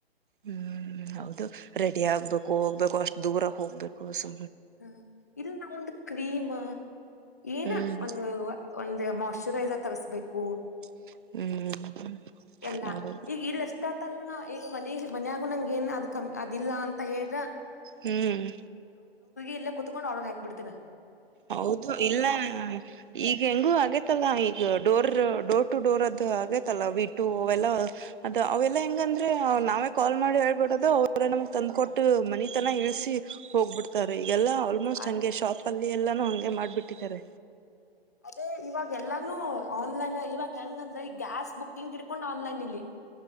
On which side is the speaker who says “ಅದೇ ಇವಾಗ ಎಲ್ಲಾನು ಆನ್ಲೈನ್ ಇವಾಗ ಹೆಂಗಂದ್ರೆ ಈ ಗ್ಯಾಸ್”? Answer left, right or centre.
Left